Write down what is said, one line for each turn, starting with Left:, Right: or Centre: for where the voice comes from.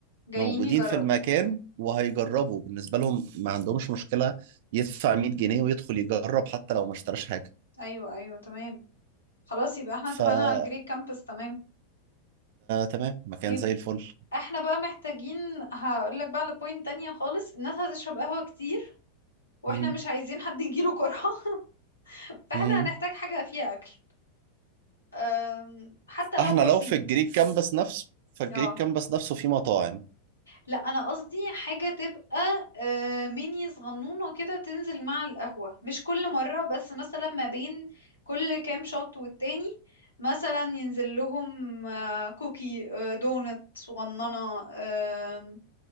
Left: جايين
Right: موجودين
Left: يجربوا
Right: في المكان وهيجربوا بالنسبة لهم ما عندهمش مشكلة يدفع 100 جنيه ويدخل يجرب حتى لو ما اشتراش حاجة
Left: ايوه ايوه تمام خلاص يبقى احنا
Right: فده
Left: اتفقنا على الجري كامبس تمام
Right: تمام مكان
Left: ايه
Right: زي الفل
Left: احنا بقى محتاجين هقول لك بقى على بوينت تانية خالص الناس هتشرب قهوة كتير واحنا
Right: مم.
Left: مش عايزين حد يجيله قرحة <laughs> فاحنا
Right: مم.
Left: هنحتاج حاجة فيها اكل أم، حتى لو
Right: احنا
Left: بسيط
Right: لو في الجريك كامبس نفسه فالجريك
Left: اه
Right: كامبس نفسه فيه مطاعم
Left: لا انا قصدي حاجه تبقى آه، ميني صغنونه كده تنزل مع القهوه مش كل مره بس مثلا ما بين كل كام شوت والتاني مثلا ينزل لهم آه، كوكي آه، دونت صغننه آم،